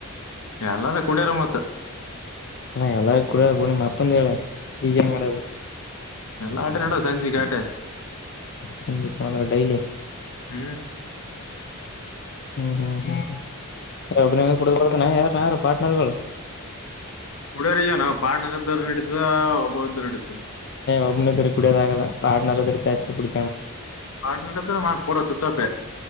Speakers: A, on the left; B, on the left.
A: ಎಲ್ಲಾರ ಕುಡಿಯಾರ ಮತ್ತ
B: ಹಾ ಎಲ್ಲಾರು ಕುಡ ಬೂಣ ಅಪ್ಪಂದ ಹೇಳಿ ಈಜ ಅಂಗಡದು
A: ಎಲ್ಲಾಟ ನಡ ಸಂಜು ಕೇಟ್ಟ
B: ಸಂಜ ಕಣಂದ್ರ ಡೈಲಿ
A: ಹ್ಮ
B: ಹ್ಮ್ ಹ್ಮ್ ಹ್ಮ್ ಅಭಿನೋಗ ಕುಡಬಡ್ತಾನ ಯಾರುನ ಯಾರು ಪಾರ್ಟ್ನರ್ಗಳು
A: ಕುಡಿಯರ್ಗ ನಾವು ಪಾರ್ಡ್ನರ್ ಇದ್ದರು ನಡತದ ಒಬ್ಬ ಇದದ್ದರು ನಡಿತ
B: ಒಬ್ಬನ ಇದ್ರ ಕುಡಿಯೋದಾಗಲ್ಲ ಪಾರ್ಟನರ್್ರ ಚಾಸ್ತಿ ಕುಡಿ
A: ಪಾರ್ಟ್ನರ್ ಇದ್ರೆ ಮಾತ್ರ ಪೂರ ಚೊಚ್ಚಾಪೆ